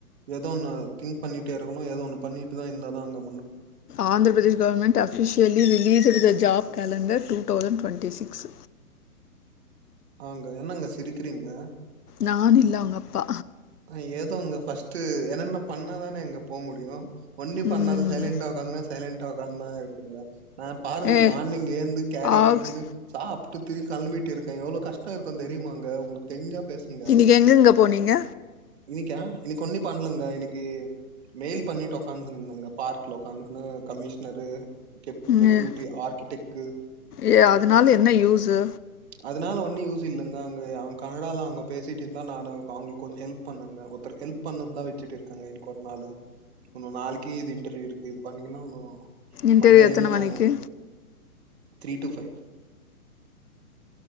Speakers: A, on the right; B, on the left.
A: ஏதோ ஒன்னு திங்க் பண்ணிட்டே இருக்கணு ஏதோ ஒண்ணு பண்ணி தா இந்தா தா அங்க
B: Andhra Pradesh government of usually வெளிய தெர்த job calendar two thousand twenty six
A: ஆங்க என்னங்க சிரிக்கிறீங்க
B: நானில்ல அவங்க அப்பா
A: அ ஏதோங்க ஃபஸ்ட்டு என்னன்ன பண்ணாதானே அங்க போ முடியு ஒன்னி
B: ம்.
A: பண்ணாத சைலன்டா உட்காந்துன சைலன்டா உக்க்காந்துன இருக்குங்க நா பாருங்க
B: ஏ
A: மார்னிங் ஏந்து கேரி
B: ஆக்ஸ்
A: கட்கின்னு சாப்ட்டு திரும்பி களம்பிட்டு இருக்கே எவ்ளோ கஷ்ட இருக்குனு தெரியுமாங்க உங்களுக்கு தெரிஞ்சா பேசுங்க
B: எங்கெங்கே போனீங்க
A: இனிக்கா இனிக்கு ஒன்னி பண்ணலங்க இனிக்கு மெய்ல் பண்ணிட்டு உக்காந்துக்கணுந்தாங்க பார்க்ல உ்காந்துக்ணு ம் கமிஷ்னரு கப் டெப்யூட்டி
B: ம்.
A: ஆர்கிடெக்டு
B: ஏ அதனால என்ன யூஸு
A: அதனால ஒன்னு யூஸ் இல்லங்க அங்க அவங்க கனடால அவங்க பேசிட்டு இருந்தா நானு அவங்களுக்கு கொஞ்சோ ஹெல்ப் பண்ணுங்க ஒருத்தருக்கு ஹெல்ப் பண்ணதா விட்டுட்டு இருக்காங்க இனிக்கு ஒரு நாள் ஒன்னு நாளிக்கு இது இன்டர்வியூ இருக்கு இது பண்ணீங்கன்னா ஒன்னு
B: இன்டர்வியூ
A: மண்டேலந்து
B: எத்தனை மணிக்கு
A: நானு three to five